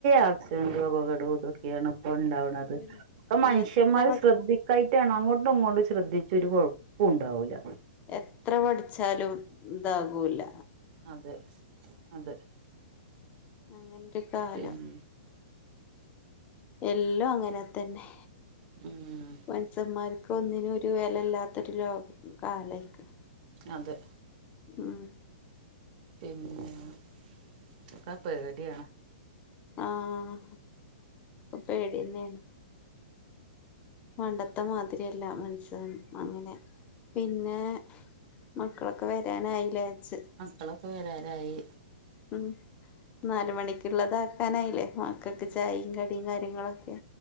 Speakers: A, on the right; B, on the left.
A: ആക്സിഡന്റും അപകടോം ഇതൊക്കെയാണ് ഒണ്ടാവണത്
B: ഒരു
A: പ്പ മനുഷ്യന്മാര്
B: എത്ര പഠി
A: ശ്രദ്ധിക് ക്കായിട്ടാണ് അങ്ങോട്ടും ഇങ്ങോട്ടും ശ്രദ്ധിച്ചാ ഒരു കൊഴപ്പുംണ്ടാവൂലാ
B: എത്ര പഠിച്ചാലും ഇതാവുല്ല
A: അതെ അതെ
B: അങ്ങതെ കാലം
A: പിന്നെ
B: എല്ലോം അങ്ങനെ തന്നെ
A: <unintelligible>
B: മനുഷ്യൻമാർക്ക് ഒന്നിനും ഒരു വെലല്ലാത്തൊരു ലോക കാലയിക്കണ്
A: അതെ
B: ഹും
A: പിന്നെക്കപേടിയാണ്.
B: അഹ് പ്പപേടിന്നെയാണ് പണ്ടത്തെ മാതിരിയല്ല മനുഷ്യൻ അങ്ങനെ പിന്നെ മക്കളൊക്കെ വരാനായില്ലേ? ച്ച്
A: മക്കളൊക്കെ വരാരായി.
B: ഉും നാല് മണിക്കുള്ളത് ആക്കാനായില്ലേ? മക്കക്ക് ചായും കടിയും കാര്യങ്ങളൊക്കെ